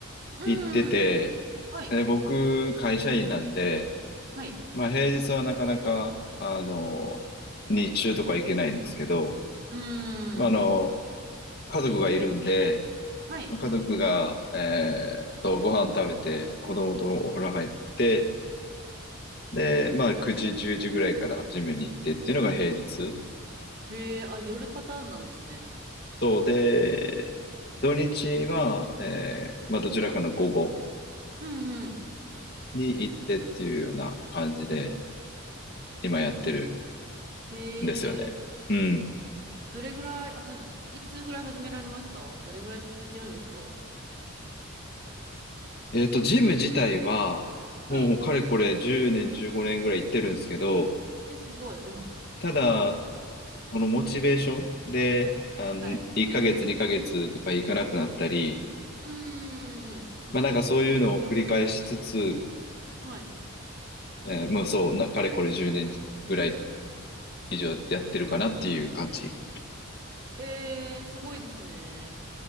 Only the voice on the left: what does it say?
行ってて、
で僕、会社員なんで、
まあ、平日はなかなか、あの、日中とか行けないんですけど、
まあ、あの、
家族がいるんで、
まあ家族が、えーと、ご飯食べて、子供とお風呂入って、で、まあ、9時、10時ぐらいからジムに行ってっていうのが平日。
そうで、土日は、えーまあ、どちらかの午後
に行ってっていうような感じで今やってる
んですよね。うん。
えっと、ジム自体は、
もうかれこれ10年、15年ぐらい行ってるんですけど、
ただ、このモチベーションで、
あの、1ヶ月、2ヶ月とか行かなくなったり、
まあなんかそういうのを繰り返しつつ、
えーもうそう、な、かれこれ10年ぐらい以上やってるかなっていう感じ。